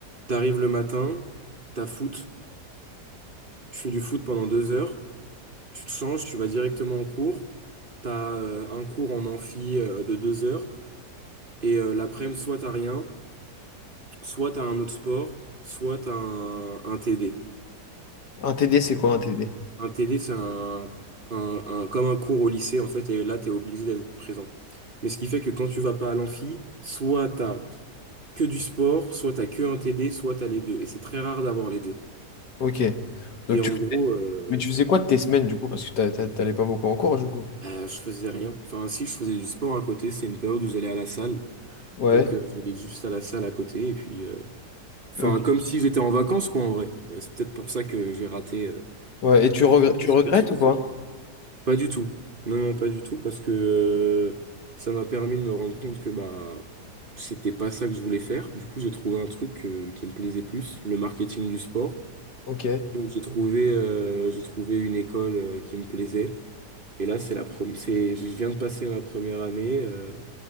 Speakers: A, on the right (about 35°); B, on the left (about 75°).
A: t'arrives le matin, t'as foot, tu fais du foot pendant deux heures, tu te changes, tu vas directement en cours. T'as euh, un cours en amphi euh, de deux heures et euh, l'après-midi, soit t'as rien, soit t'as un autre sport, soit t'as un, un TD.
B: Un TD, c'est quoi un TD?
A: Un TD, c'est un, un- un- comme un cours au lycée en fait, et là t'es obligé d'être présent. Mais ce qui fait que quand tu vas pas à l'amphi, soit t'as que du sport, soit t'as que un TD, soit t'as les deux. Et c'est très rare d'avoir les deux.
B: Ok. Donc
A: Et en
B: tu...
A: gros, euh,
B: Mais tu faisais quoi de tes semaines du coup? Parce que t'a- t'a- t'allais pas beaucoup en cours du coup.
A: bah, je faisais rien. Enfin, si je faisais du sport à côté, c'est une période où j'allais à la salle.
B: Ouais.
A: Donc euh, j'allais juste à la salle à côté et puis. euh, Enfin,
B: Ok.
A: comme si j'étais en vacances, quoi, en vrai. Mais C'est peut-être pour ça que j'ai raté euh,
B: Ouais. Et tu regrettes,
A: raté
B: tu
A: ce
B: regrettes
A: cursus.
B: ou pas?
A: Pas du tout. Non, non, pas du tout, parce que euh, ça m'a permis de me rendre compte que bah c'était pas ça que je voulais faire. Du coup, j'ai trouvé un truc euh, qui me plaisait plus, le marketing du sport.
B: Ok.
A: Donc, j'ai trouvé, euh, j'ai trouvé une école euh, qui me plaisait. Et là, c'est la première, c'est, je viens de passer ma première année euh,